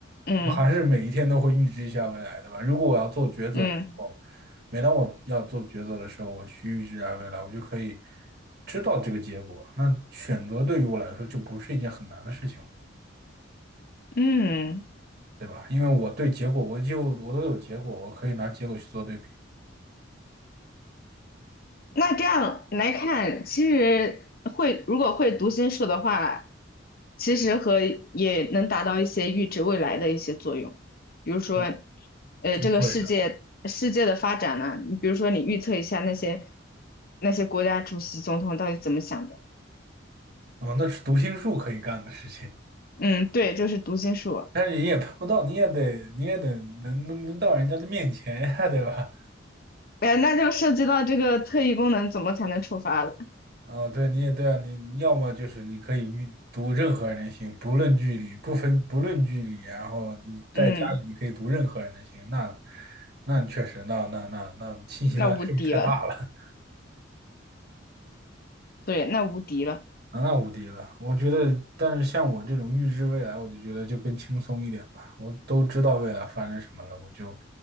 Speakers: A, on the left; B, on the right.
A: 嗯
B: 我还是每一天都会预知一下未来，对吧？如果我要做抉择的时候，
A: 嗯
B: 每当我要做抉择的时候，我去预知一下未来，我就可以知道这个结果。那选择对于我来说就不是一件很难的事情了，
A: 嗯。
B: 对吧？因为我对结果，我就我都有结果，我可以拿结果去做对比。
A: 那这样来看，其实会如果会读心术的话，其实和也能达到一些预知未来的一些作用。比如说，
B: 不，
A: 呃，
B: 不会的，
A: 这个世界世界的发展呢、你比如说你预测一下那些那些国家主席、总统到底怎么想的。
B: 啊，那是读心术可以干的事情。
A: 嗯，对，就是读心术。
B: 但是你也碰不到，你也得你也得能能能到人家的面前呀，<laughs> 对吧？
A: 哎，那就涉及到这个特异功能怎么才能触发了。
B: 啊、对，你也对啊，你要么就是你可以与读任何人的心，不论距离，不分不论距离，然后你在家里你可以读任何人的心，
A: 嗯，
B: 那那确实，那那那那信息量是不是太大了？
A: 那无敌了。对，那无敌了。
B: 那那无敌了，我觉得，但是像我这种预知未来，我就觉得就更轻松一点吧。我都知道未来发生什么了，我就